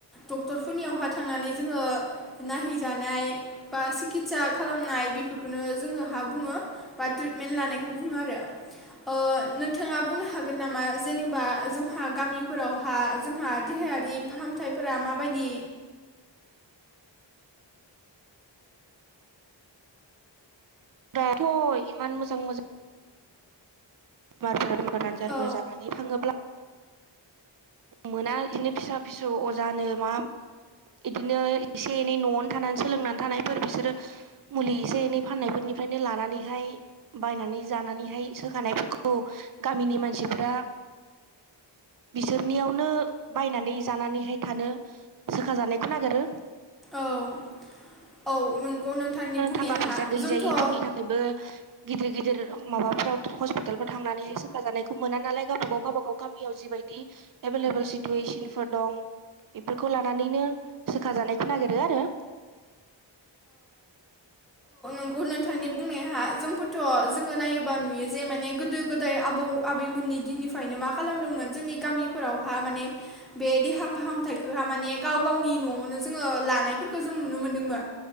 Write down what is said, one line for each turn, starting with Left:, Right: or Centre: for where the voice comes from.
Centre: डक्टरफोरनियावहा थांनानै जोङो नायहैजानाय बा सिकितसा खालामनाय बेफोरखौनो जोङो हा बुङो। बा ट्रिटमेन्ट लानायखौ बुङो आरो। ओ नोंथाङा बुंनो हागोन नामा? जेनेबा जोंहा गामिफोरावहा जोंहा देहायारि फाहामथायफोरा माबायदि।
Right: थ' इमान मोजां मोजां <unintelligible> आनजारफोर
Centre: औ
Right: जानानै थाङोब्ला मोना बिदिनो फिसा फिसौ अजानो मा बिदिनो। एसे एनै न'आवनो थानानै सोलोंनानै थानाय। फोर बिसोरो, मुलि एसे एनै फाननाय फोरनिफ्रायनो लानानैहाय बायनानै जानानैहाय सोखानायफोरखौ गामिनि मानसिफोरा बिसोरनियावनो बायनानै जानानैहाय थानो सोखा जानायखौ नागिरो।
Centre: औ औ नंगौ नोंथांनि बुंनाया
Right: थाखा फैसा गैजायिफोरनि
Centre: जोंथ' औ
Right: थाखायबो गिदिर गिदिर माबाफ्राव हस्पितालफोराव थांनानैहाय सोखाजानायखौ मोना नालाय गावबागाव गावबागाव गामियाव जिबायदि एभेलेबेल सिटुवेसन फोर दं बेफोरखौ लानानैनो सोखाजानायखौ नागिरो आरो।
Centre: न नोंथांनि बुंनाय जोंफोरथ' जोङो नायोबा नुयो जे माने गोदो गोदाय आबौ आबैमोननि दिननिफ्रायनो मा खालामदोंमोन, जोंनि गामिफोरावहा माने बे देहा फाहामथखौहा माने गाव गावनि न'आवनो जोङो लानायफोरखौ जों नुनो मोनदोंमोन,